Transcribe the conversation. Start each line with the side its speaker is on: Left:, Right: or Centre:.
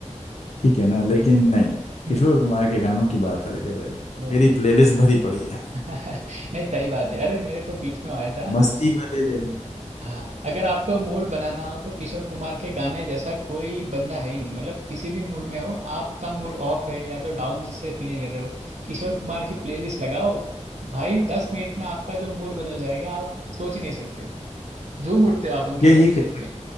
Left: ठीक है ना लेकिन नहीं किशोर
Right: हम्म,
Left: कुमार के गानों की बात अलग है भाई
Right: वो तो
Left: मेरी प्लेलिस्ट भरी पड़ी है
Right: <laughs> नहीं सही बात है अरे मेरे को बीच में आया था
Left: मस्ती वाले ले लो
Right: हाँ अगर आपको मूड बनाना हो तो किशोर कुमार के गाने जैसा कोई बंदा है ही नहीं मतलब किसी भी मूड में हो आपका मूड ऑफ है या तो डाउन जैसे फील कर रहे हो किशोर कुमार की प्लेलिस्ट लगाओ भाई दस मिनट में आपका जो मूड बदल जाएगा आप सोच ही नहीं सकते झूम उठते हो आप उनके
Left: या
Right: गाने
Left: ये कह
Right: सुन
Left: सकते
Right: के